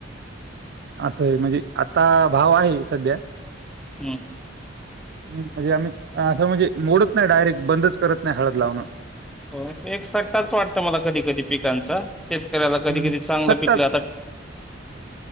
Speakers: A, on the right; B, in the centre.
A: असं आहे म्हणजे आता भाव आहे संध्या
B: हम्,
A: हम, म्हणजे आम्ही असं म्हणजे मोडत नाही डायरेक्ट बंदच करत नाही हळद लावणं.
B: हो. एक सट्टाच वाटतं मला कधी कधी पिकांचा, शेतकऱ्याला
A: हं,
B: कधी कधी चांगलं
A: सट्टाच.
B: पिकलं आता